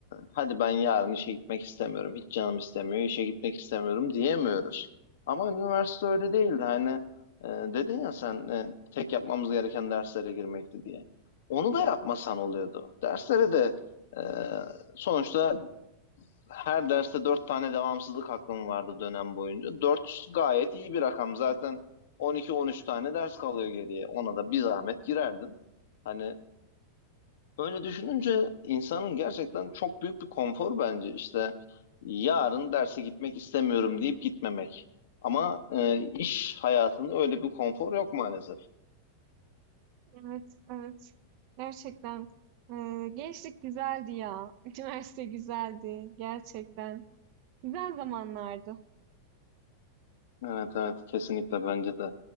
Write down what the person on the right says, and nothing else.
Evet, evet. Gerçekten. eee, gençlik güzeldi ya. <laughs> Üniversite güzeldi. Gerçekten. Güzel zamanlardı.